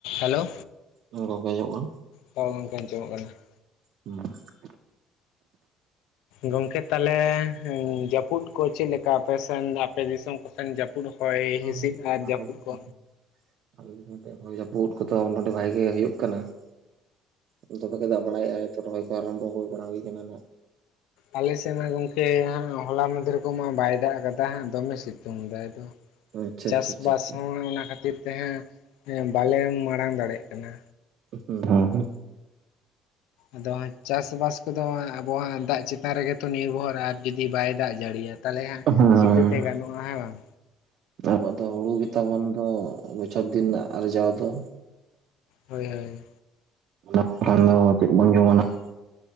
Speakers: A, on the left; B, on the right.
A: Hello.
B: <unintelligible>
A: ᱦᱚᱸ ᱜᱚᱝᱠᱮ ᱟᱸᱡᱚᱢᱚᱜ ᱠᱟᱱᱟ ᱾
B: <unintelligible>
A: ᱜᱚᱝᱠᱮ ᱛᱟᱦᱚᱞᱮ ᱡᱟᱹᱯᱩᱫ ᱠᱚ ᱪᱮᱫ ᱞᱮᱠᱟ ᱟᱯᱮ ᱥᱮᱱ ᱟᱯᱮ ᱫᱤᱥᱚᱢ ᱠᱚᱥᱮᱱ ᱡᱟᱹᱯᱩᱫ ᱦᱚᱭ
B: ᱦᱩᱸ
A: ᱦᱤᱸᱥᱤᱫ ᱟᱨ
B: ᱟᱞᱮ
A: ᱡᱟᱹᱯᱩᱫ
B: ᱪᱮᱛᱟᱱ
A: ᱠᱚ?
B: ᱟᱞᱮ ᱫᱤᱥᱚᱢ ᱥᱮᱫ ᱦᱚᱭ ᱡᱟᱹᱯᱩᱫ ᱠᱚᱫᱚ ᱱᱚᱸᱰᱮ ᱵᱷᱟᱜᱤ ᱦᱩᱭᱩᱜ ᱠᱟᱱᱟ ᱾ <unintelligible> ᱫᱟᱜ ᱵᱟᱲᱟᱭᱮᱫ-ᱟ ᱛᱚ ᱨᱚᱦᱚᱭ ᱠᱚ ᱟᱨᱟᱢᱵᱷᱚ ᱦᱩᱭ ᱵᱟᱲᱟ ᱦᱩᱭ ᱠᱟᱱᱟ ᱱᱟᱜ᱾
A: ᱟᱞᱮ ᱥᱮᱫ ᱢᱟ ᱜᱚᱝᱠᱮ ᱦᱟᱸᱜ ᱦᱚᱞᱟ ᱢᱟᱫᱷᱮᱨ ᱠᱚᱢᱟ ᱵᱟᱭ ᱫᱟᱜ ᱟᱠᱟᱫᱟ ᱦᱟᱸᱜ ᱫᱚᱢᱮ ᱥᱤᱛᱩᱝ ᱮᱫᱟᱭ ᱫᱚ ᱾
B: ᱟᱪᱪᱷᱟ
A: ᱪᱟᱥ
B: ᱟᱪᱪᱷᱟ ᱟᱪᱪᱷᱟ
A: ᱵᱟᱥ
B: ᱟᱪᱪᱷᱟ
A: ᱦᱚᱸ ᱚᱱᱟ ᱠᱷᱟᱹᱛᱤᱨ ᱛᱮ ᱦᱟᱸᱜ ᱵᱟᱞᱮ ᱢᱟᱲᱟᱝ ᱫᱟᱲᱮᱜ ᱠᱟᱱᱟ᱾
B: <unintelligible>
A: ᱟᱫᱚ ᱦᱟᱸᱜ ᱪᱟᱥ ᱵᱟᱥ ᱠᱚᱫᱚ ᱟᱵᱚᱣᱟᱜ ᱫᱟᱜ ᱪᱮᱛᱟᱱ ᱨᱮᱜᱮ ᱛᱚ ᱱᱤᱨᱵᱷᱚᱨ, ᱟᱨ ᱡᱩᱫᱤ ᱵᱟᱭ ᱫᱟᱜ ᱡᱟᱹᱲᱤᱭᱟ᱾ ᱛᱟᱦᱞᱮ ᱦᱟᱸᱜ
B: ᱦᱮᱸ
A: ᱪᱤᱠᱟᱹᱛᱮ ᱜᱟᱱᱚᱜ-ᱟ ᱦᱮᱸ ᱵᱟᱝ
B: ᱟᱵᱚᱣᱟᱜ ᱫᱚ ᱦᱩᱲᱩ ᱜᱤᱛᱟ ᱵᱚᱱ ᱛᱚ ᱵᱚᱪᱷᱚᱨ ᱫᱤᱱ ᱱᱟᱜ ᱟᱨᱡᱟᱣ ᱫᱚ᱾
A: ᱦᱳᱭ ᱦᱳᱭ
B: ᱚᱱᱟ ᱵᱟᱝᱠᱷᱟᱱ ᱫᱚ ᱪᱮᱫ ᱵᱚᱱ ᱡᱚᱢᱟ ᱱᱟᱦᱟᱜ?